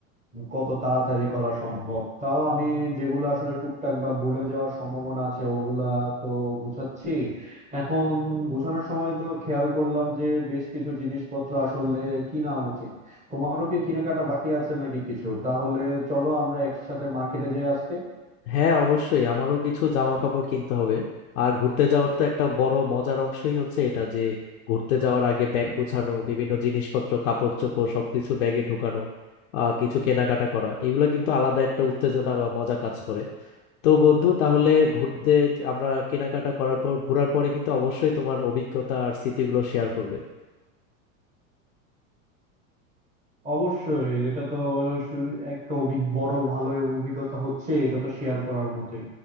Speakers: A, on the right; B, on the left.
A: কত তাড়াতাড়ি করা সম্ভব তাও আমি যেগুলো আসলে টুকটাক বা ভুলে যাওয়ার সম্ভাবনা আছে ওগুলা তো গুছাচ্ছি এখন গুছানোর সময় তো খেয়াল করলাম যে বেশ কিছু জিনিসপত্র আসলে কিনা উচিত তোমারও কি কেনাকাটা বাকি আছে নাকি কিছু তাহলে চলো আমরা একসাথে মার্কেটে যাই আজকে
B: হ্যাঁ অবশ্যই আমারও কিছু জামা কাপড় কিনতে হবে আর ঘুরতে যাওয়ার তো একটা বড় মজার অংশই হচ্ছে এটা যে ঘুরতে যাওয়ার আগে ব্যাগ গুছানো বিভিন্ন জিনিসপত্র কাপড় চোপড় সবকিছু ব্যাগে ঢুকানো আহ কিছু কেনাকাটা করা এগুলো কিন্তু আলাদা একটা উত্তেজনা বা মজা কাজ করে তো বন্ধু তাহলে ঘুরতে আমরা কেনাকাটা করার পর ঘোরার পরে কিন্তু অবশ্যই তোমার অভিজ্ঞতা আর স্মৃতিগুলো শেয়ার করবে
A: অবশ্যই এটা তো সু- একটা অভিজ্ঞ বড় ভালো অভিজ্ঞতা হচ্ছে এটা তো শেয়ার করার মতোই